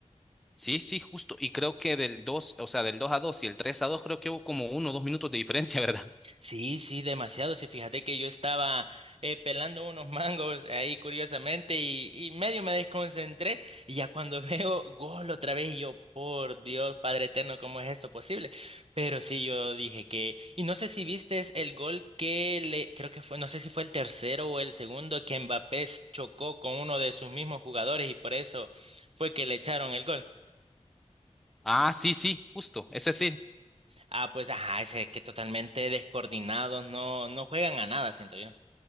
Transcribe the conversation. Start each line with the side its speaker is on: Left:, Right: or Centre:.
Centre: Sí, sí, justo. Y creo que del 2, o sea, del 2 a 2 y el 3 a 2 creo que hubo como uno o dos minutos de diferencia, <laughs> ¿verdad?
Right: Sí, sí, demasiado. Sí, fíjate que yo estaba eh, pelando unos mangos ahí curiosamente y, y medio me desconcentré y ya cuando <laughs> veo gol otra vez y yo, por Dios, Padre Eterno, ¿cómo es esto posible? Pero sí, yo dije que, y no sé si viste el gol que le, creo que fue, no sé si fue el tercero o el segundo que Mbappé chocó con uno de sus mismos jugadores y por eso fue que le echaron el gol.
Centre: Ah, sí, sí, justo. Ese sí,
Right: Ah, pues ajá, ese que totalmente descoordinados, no, no juegan a nada, siento yo.